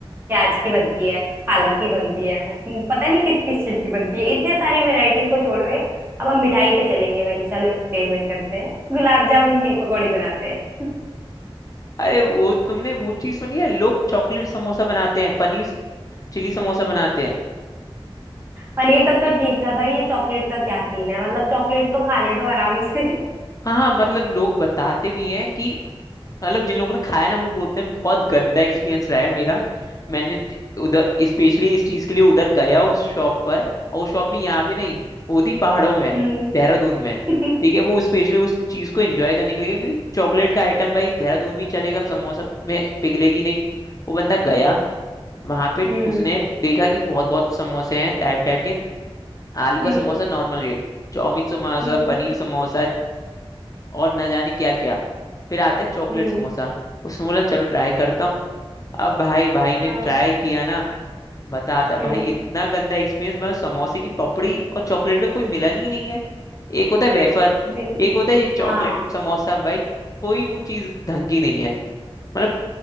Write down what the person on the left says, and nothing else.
अरे वो तुमने वो चीज सुनी है लोग चॉकलेट समोसा बनाते हैं पनीर चिली समोसा बनाते हैं
हाँ हाँ मतलब लोग बताते भी हैं कि मतलब जिन लोगों ने खाया ना वो बोलते हैं बहुत गंदा एक्सपीरियंस रहा है मेरा मैंने ज- उधर स्पेशली इस चीज के लिए उधर गया उस शॉप पर और वो शॉप भी यहाँ पे नहीं वो थी पहाड़ों में
देहरादून में
ठीक है वो स्पेशली उस चीज को एंजॉय करने के लिए क्योंकि चॉकलेट का आइटम भाई देहरादून में ही चलेगा समोसा में पिघलेगी नहीं वो बंदा गया वहां पे
उसने देखा कि बहुत बहुत समोसे हैं टाइप टाइप के आलू का
samosa normal rate chowmein samosa
paneer samosa और न जाने क्या क्या फिर आता है चॉकलेट
समोसा उसने बोला चलो ट्राई करता हूँ अब भाई भाई ने
ट्राई किया ना बताता भाई
इतना गंदा एक्सपीरियंस मतलब समोसे की पपड़ी और चॉकलेट का कोई मिलन ही नहीं है एक होता है वेफर
एक होता है ये चॉकलेट
समोसा भाई कोई वो चीज ढंग की नहीं है मतलब